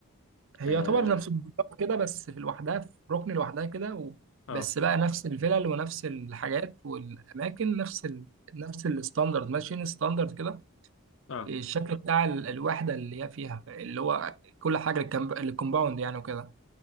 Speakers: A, on the right (about 60°); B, on the left (about 60°).
A: هي
B: اه
A: يعتبر نفس البلد كده بس في لوحدها في ركن لوحدها كده و...
B: اه
A: بس بقى نفس الفلل ونفس الحاجات والاماكن نفس ال... نفس الستاندرد ماشيين ستاندرد كده
B: اه
A: الشكل بتاع ال- الوحدة اللي هي فيها اللي هو كل حاجة الكمب... الكومباوند يعني وكده